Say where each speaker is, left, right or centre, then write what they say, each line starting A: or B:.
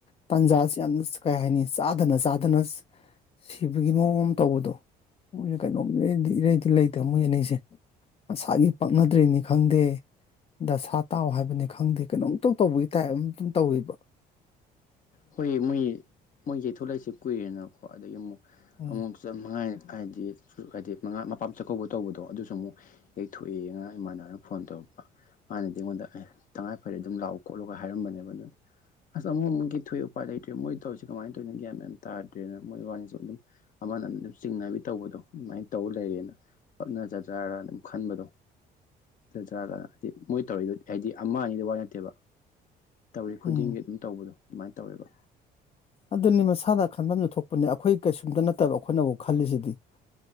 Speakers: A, on the left; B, on the left.
A: ꯇꯥꯟꯖꯥꯁꯤ ꯌꯥꯝꯅ ꯀꯩ ꯍꯥꯏꯅꯤ ꯆꯥꯗꯅ ꯆꯥꯗꯅꯁ ꯁꯤꯕꯒꯤ ꯃꯑꯣꯡ ꯑꯃ ꯇꯧꯕꯗꯣ ꯃꯣꯏꯁꯦ ꯀꯩꯅꯣꯝ ꯂꯩꯩꯗꯤ ꯏꯔꯩꯗꯤ ꯂꯩꯇꯕ ꯃꯣꯏ ꯑꯅꯤꯁꯦ ꯃꯁꯥꯒꯤ ꯄꯛꯅꯗ꯭ꯔꯔꯤꯅꯤ ꯈꯪꯗꯦ ꯗꯁꯥ ꯇꯥꯎ ꯍꯥꯏꯕꯅꯤ ꯈꯪꯗꯦ ꯀꯩꯅꯣꯝꯇꯧ ꯇꯧꯕꯒꯤ ꯇꯥꯏꯞ ꯑꯇꯪ ꯇꯧꯋꯕ
B: ꯍꯣꯏ ꯃꯣꯏ ꯃꯣꯏ ꯌꯩꯊꯂꯛꯏꯁꯦ ꯀꯨꯏꯔꯦꯅꯀꯣ ꯑꯗꯒꯤ ꯑꯃꯨꯛ
A: ꯎꯝ
B: ꯑꯃꯨꯛ ꯃꯉꯥꯏ ꯍꯥꯏꯗꯤ ꯍꯥꯏꯗꯤ ꯃꯉꯥ ꯃꯄꯥꯥꯟ ꯆꯥꯛꯀꯧꯕ ꯇꯧꯕꯗꯣ ꯑꯗꯨꯁꯨ ꯑꯃꯨꯛ ꯌꯊꯣꯛꯑꯦꯅ ꯏꯃꯥꯟꯅꯕꯅ ꯐꯣꯟ ꯇꯧꯔꯛꯄ ꯃꯥꯅꯗꯤ ꯑꯩꯉꯣꯟꯗ ꯑꯦ ꯇꯉꯥꯏ ꯐꯗꯦ ꯑꯗꯨꯝ ꯂꯥꯛꯎ ꯈꯣꯠꯂꯨꯒ ꯍꯥꯏꯔꯝꯕꯅꯦꯕ ꯑꯗꯨ ꯑꯁ ꯑꯃꯨꯛ ꯑꯃꯒꯤ ꯊꯊꯣꯏꯕ ꯎꯄꯥꯏ ꯂꯩꯇ꯭ꯔꯦ ꯃꯣꯏ ꯇꯧꯔꯤꯁꯤ ꯀꯃꯥꯏꯅ ꯇꯧꯔꯤꯅ ꯒ꯭ꯌꯥ ꯃ ꯌꯥꯝ ꯇꯥꯗ꯭ꯔꯦꯅ ꯃꯣꯏ ꯋꯥꯅꯤꯁꯨ ꯑꯗꯨꯝ ꯑꯃꯅꯅ ꯑꯗꯨꯝ ꯆꯤꯡꯅꯕꯤ ꯇꯧꯕꯗꯣ ꯑꯗꯨꯃꯥꯏꯅ ꯇꯧ ꯂꯩꯔꯦꯅ ꯄꯛꯅꯖꯗ꯭ꯔꯥꯔ ꯑꯗꯨꯝ ꯈꯟꯕꯗꯣ ꯖꯥꯒ ꯍꯥꯏꯗꯤ ꯃꯣꯏ ꯇꯧꯔꯔꯤꯗ ꯍꯥꯏꯗꯤ ꯑꯃ ꯑꯅꯤꯗꯤ ꯋꯥꯏ ꯅꯠꯇꯦꯕ ꯇꯧꯔꯤ ꯈꯨꯗꯤꯡꯒꯤ
A: ꯎꯝ
B: ꯑꯗꯨꯝ ꯇꯧꯕꯗꯣ ꯑꯗꯨꯃꯥꯏꯅ ꯇꯧꯋꯦꯕ
A: ꯑꯗꯨꯅꯤ ꯃꯁꯥꯅ ꯈꯟꯐꯝꯁꯨ ꯊꯣꯛꯄꯅꯦ ꯑꯩꯈꯣꯏ ꯀꯩꯁꯨꯝꯇ ꯅꯠꯇꯕ ꯑꯩꯈꯣꯏꯅꯕꯨꯥꯎ ꯈꯜꯂꯤꯁꯤꯗꯤ